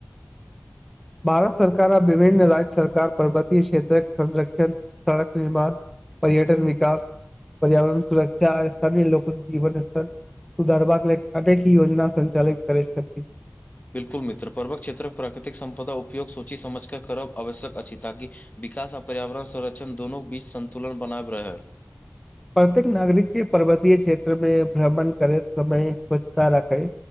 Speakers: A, in the centre; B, on the left.
A: भारत सरकार आ विभिन्न राज्य सरकार पर्वतीय क्षेत्रक संरक्षण, सड़क निर्माण- पर्यटन विकास पर्यावरण सुरक्षा आ स्थानीय लोक जीवन स्तर सुधारबाक लेल अनेक योजना संचालित करै छथि।
B: बिल्कुल मित्र पर्वक क्षेत्रक प्राकृतिक सम्पदा उपयोग सोचि समझ कऽ करब आवश्यक अछि ताकि विकास आ पर्यावरण संरक्षण दूनू बीच सन्तुलन बनायब रहै।
A: प्रत्येक नागरिक के पर्वतीय क्षेत्र मे भ्रमण करैत समय स्वच्छता राखै।